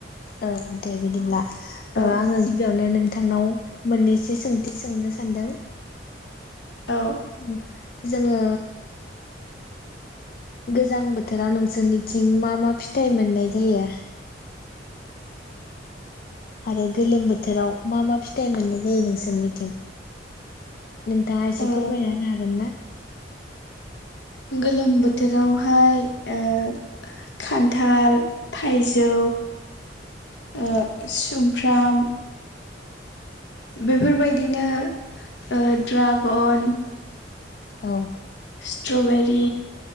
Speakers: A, on the left; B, on the left.
A: औ दे बिदिब्ला
B: औ
A: आङो गिबियावनो नों नोंथांनाव मोननैसो सोंथि सोंनो सानदों <inaudible>
B: औ
A: जोङो गोजां बोथोराव नोंसोरनिथिं मा मा फिथाइ मोननाय जायो? आरो गोलोम बोथोराव मा मा फिथाइ मोननाय जायो नोंसोरनिथिं? नोंथाङा एसे
B: ओ
A: फोरमायनो हागोन ना?
B: गोलोम बोथोरावहाय ओ खान्थाल थाइजौ ओ सुमफ्राम बेफोरबायदिनो ओ द्रागन
A: औ
B: स्ट्र'बेरि